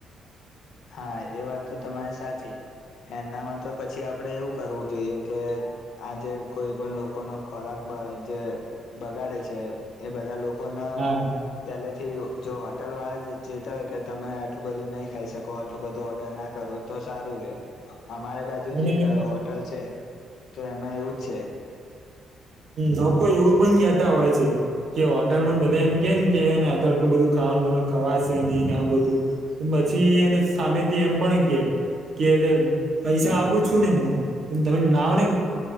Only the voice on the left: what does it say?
હા એ વાત તો તમારે સાચી. એનામાં તો પછી આપડે એવું કરવું જોઈએ કે આજે કોઈ પણ લોકો નો ખોરાક બ જે બગાડે છે એ બધા લો કો ને
પેલે થી જો હોટલ વાળા ચેતવે કે તમે આટલું બધું નહી ખાઈ શ કો આટલું બધો ઓર્ડર ના કરો તો સારું રે અમારી બાજુ
જ એક હોટલ છે. તો એમાં એવું છે.